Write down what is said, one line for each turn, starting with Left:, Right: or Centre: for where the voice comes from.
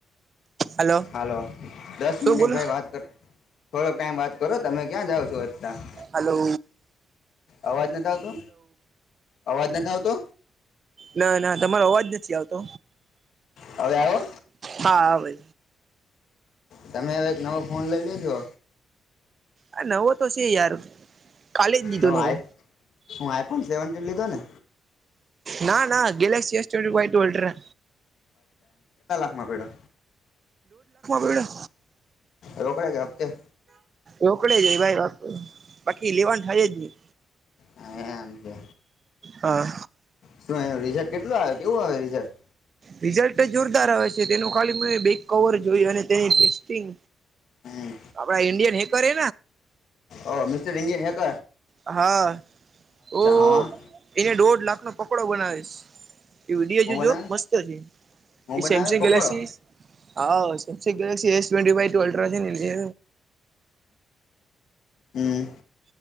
Right: હલો
Left: હાલો દસ
Right: શું
Left: મિનિટ
Right: બોલો
Left: ભાઈ વાત કરતા. થોડોક ટાઈમ વાત કરો તમે ક્યાં જાઓ છો. અત્યારે
Right: હાલો.
Left: અવાજ નથી આવતો અવાજ નથી આવતો.
Right: ના ના તમારો અવાજ નથી આવતો.
Left: હવે આવો.
Right: હા આવે.
Left: તમે એક નવો ફોન લઈજો.
Right: આ નવો તો છે, યાર કાલે જ દીધો
Left: હ હું
Right: નવો
Left: આઈફોન સેવનન્ટીન લીધો ને.
Right: ના ના ગેલેક્સી એવન્ટ ટલરા
Left: પીડા
Right: પડ્યો
Left: રોકડે કેયા હપ્તે?
Right: રોકડે જ ભાઈ બાકી લેવાનું થાય જ નહી.
Left: હ એ <inaudible> આમ છે
Right: હા
Left: શું એ ર કેટલું આવે કેવું આવે રિઝલ્ટ
Right: રિઝલ્ટ જોરદાર આવે છે, તેનું ખાલી કવર જોય અને તે ટેસ્ટિંગ
Left: હમ
Right: આપડા ઇન્ડિયન હે કરે,
Left: ઓ મિસ્ટર ન્જિયન હે ક
Right: હા તો
Left: હા
Right: એને દોઢ લાખ નો પકડો બનાવીશ. એ વિડીયો
Left: હું બનાવે
Right: જોજ મસ્તશે,
Left: હું બનાવે
Right: સેમસંગ
Left: પકોડો
Right: ગેલેક્સી હા સેમસંગ ગેલેક્સી એવે અલ્ટ્રા છે.
Left: હમ